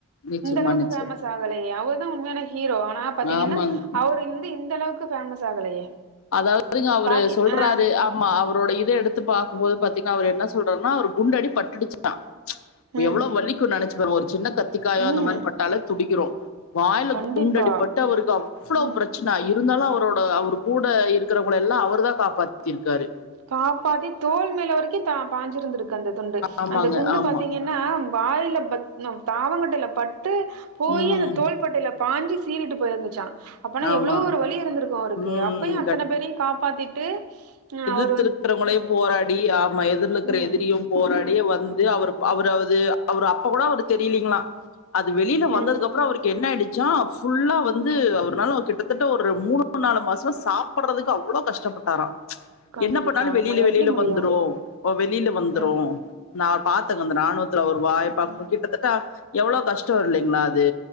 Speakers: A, on the left (about 65°); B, on the right (about 80°).
A: நிச்சயமா
B: இந்த அளவுக்கு
A: நிச்சயமா
B: ஃபேமஸ் ஆக ஆகலயே அவர் தா உண்மையான ஹீரோ ஆனா பாத்தீங்கன்னா
A: ஆமாங்க
B: அவர் வந்து இந்த அளவுக்கு ஃபேமஸ் ஆகலையே
A: அதாவதுங்க அவரு
B: பாக்கி
A: சொல்றாரு
B: ஆ
A: அ ஆமா அவரோட இத எடுத்து பாக்கும்போது பாத்தீங்கன்னா அவர் என்ன சொல்றாருன்னா ஒரு குண்டடி பட்டுடிச்சு தா
B: ம்
A: எவ்ளோ வளிக்கு நெனைச்சு பாரு ஒரு சின்ன கத்திக்காயோ
B: ம்
A: அந்த மாதிரி பட்டால துடிக்கிறோ வாயில
B: கண்டிப்பா
A: குண்டடிப்பட்டு அவருக்கு அவ்ளோ
B: ம்
A: பிரச்சனை இருந்தாலு அவரோட அவருக்கு கூட இருக்கிறவங்கள எல்லா அவர்தா காப்பாத்திருக்காரு
B: காப்பாத்தி தோல் மேல வரைக்கு பாஞ்சிருந்திருக்கு அந்த துண்டு
A: ஆமாங்க
B: அந்த குண்டு
A: ஆமா
B: பாத்தீங்கன் னா வாயில பத் தாவங்கட்டைல பட்டு போயி
A: உம்
B: அந்த தோல் தோல் பட்டையில பாஞ்சி சீறிட்டு போயிருந்துச்சா அப்பனா
A: ஆமா
B: எவ்ளோ ஒரு வழி இருந்திருக்கு அவருக்கு
A: உம்
B: அப்பயு அத்தன பேரையு காப்பாத்திட்டு இன்னு அவர்
A: எதித்து இருக்கிறவங்களையு போராடி ஆமா எதிர்ல இருக்கிற
B: ம்
A: எதிரியு போராடியே வந்து அவர் அவர்து அவரு அப்ப கூட அவரு தெரியலீங்களா அது வெளியில வந்ததுக்
B: ம்
A: அப் அப்றோ அவருக்கு என்ன ஆயிடுச்சா ஃபுல்லா வந்து அவர்னால கிட்டத்தட்ட ஒரு மூணு நாலு மாசமா சாப் பட்றதுக்கு அவ்ளோ கஷ்டப்பட்டாரா
B: கண்டிப்பா
A: என்ன பண்ணாலு வெளியில
B: ஆமா எப்டி
A: வெளியில
B: முடியு
A: வந்துரு வெளியில வந்துரு
B: ம்
A: நான் பாத்தே அந்த ராணுவத்துல ஒரு வாய பாக்கம்
B: ம்
A: போது கிட்டத்தட்ட எவ்ளோ கஷ்டோ இல்லைங்களா அது